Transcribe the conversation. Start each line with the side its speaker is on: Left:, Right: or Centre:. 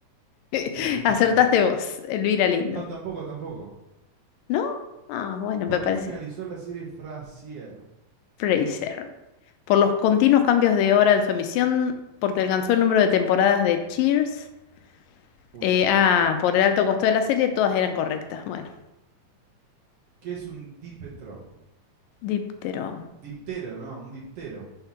Left: <laughs>
Right: Sí, yo
Left: Acertaste
Right: también.
Left: vos, Elvira Lindo.
Right: No, tampoco, tampoco.
Left: ¿No? Ah, bueno,
Right: ¿Por
Left: me parece.
Right: qué finalizó la serie Frasier?
Left: Fraser. Por los continuos cambios de hora en su emisión, porque alcanzó el número de temporadas de Cheers.
Right: Uh,
Left: eh,
Right: le pegué.
Left: ah, por el alto costo de la serie, todas eran correctas. Bueno,
Right: ¿Qué es un dipetro?
Left: Diptero.
Right: Diptero, no, un diptero.